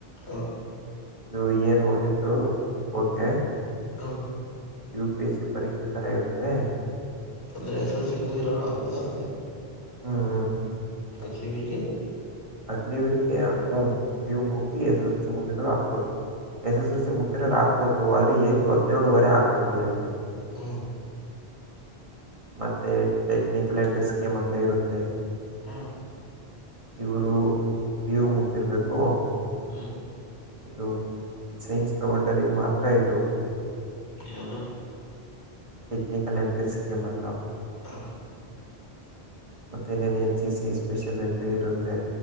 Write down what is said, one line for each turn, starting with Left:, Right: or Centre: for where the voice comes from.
Left: ಹು
Right: ಇದು ಏನು ಓದಿದ್ದು ಓಕೆ.
Left: ಹು
Right: ಯು ಪಿ ಎಸ್ ಸಿ ಪರೀಕ್ಷೆ ತರಾ ಇರುತ್ತೆ.
Left: ಅಂದರೆ ಎಸ್ ಎಲ್ ಸಿ ಮುಗಿದಿರೋರು ಆಗ್ಬೋದಾ ಅದಕ್ಕ.
Right: ಹು ಹು.
Left: ಅಗ್ನಿವೀರಗೆ.
Right: ಅಗ್ನವಿರಿಗೆ ಪಿ ಯು ಮುಗ್ದಿ ಎಸ್ ಎಸ್ ಎಲ್ ಸಿ ಮುಗಿದು ಹಾಕ್ ಬೋದು ಎಸ್ ಎಸ್ ಎಲ್ ಸಿ ಮುಗದಿರೋರು ಹಾಕ್ಬೋದು ಆದ್ರರೆ ಏಜ್ ಹದಿನೇಳುವರೆ ಆಕ್ಬೇಕು ಅವರಿಗೆ.
Left: ಹು
Right: ಮತ್ತೆ ಟೆಕ್ನಿಕಲಿ ಎಂಟ್ರಿ ಸ್ಕೀಮ್ ಅಂತ ಇರುತ್ತೆ.
Left: ಹಾ
Right: ಇವರು ಪಿ ಯು ಮುಗದಿರ್ಬೇಕು.
Left: ಹ್ಮ್
Right: ಇದು ಸೈನ್ಸ್ ತಗೊಂಡರಿಗೆ ಮಾತ್ರ ಇದು.
Left: ಯಾವ್ದು.
Right: ಟಕ್ನಿಕಲ್ ಎಂಟ್ರಿ ಸ್ಕೀಮ ಅಂತಾ.
Left: ಹಾ
Right: ಮತ್ತೆ ಇನೇನ N C C special entry ಇರುತ್ತೆ.